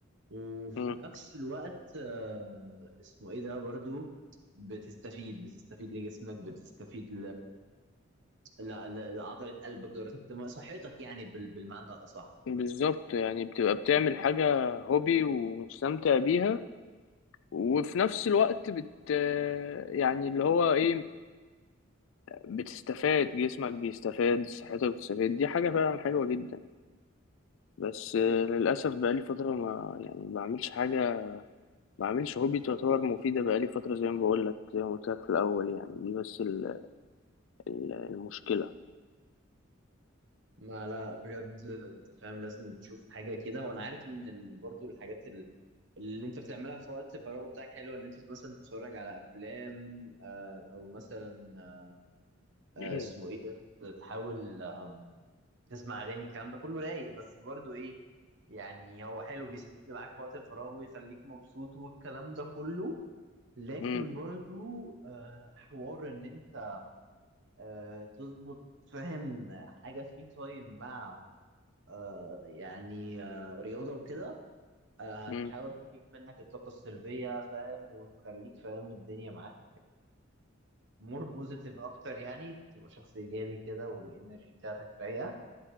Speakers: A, on the right; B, on the left.
A: وفي
B: مم.
A: نفس الوقت آه، اسمه إيه ده برضو بتستفيد بتستفيد لجسمك بتستفيد لا لا- لا، عضلة قلبك دورتك الدموية صحتك يعني بال- بالمعنى الأصح
B: بالظبط يعني بتبقى بتعمل حاجة هوبي ومستمتع بيها وفي نفس الوقت بت يعني اللي هو ايه بتستفاد جسمك بيستفاد صحتك بتستفاد دي حاجة فعلا حلوة جدا بس آه، للأسف بقالي فترة ما يعني ما بعملش حاجة ما بعملش هوبي تعتبر مفيدة بقالي فترة زي ما بقول لك زي ما قلت لك في الأول يعني دي بس ال- ال- المشكلة
A: ما لا لا بجد أنت فاهم لازم تشوف حاجة كده وأنا عارف إن ال... برضو الحاجات ال... اللي أنت بتعملها في وقت فراغ بتاعك حلوة إن أنت مثلا تتفرج على أفلام آه، أو مثلا آه، آه،
B: <clears throat>
A: اسمه إيه ده تحاول آم، تسمع أغاني الكلام ده كله رايق بس برضو إيه يعني هو حلو بيسد معاك في وقت الفراغ ويخليك مبسوط والكلام ده كله لكن
B: مم،
A: برضو آه، حوار ان انت آه، تظبط فاهم حاجة فري تايم مع آه، يعني آه، رياضة وكده آه،
B: مم،
A: هتحاول تفيق منك الطاقة السلبية فاهم وتخليك فاهم الدنيا معاك مور بوزيتيف أكتر يعني تبقى شخص إيجابي كده والإنرجي بتاعتك رايقة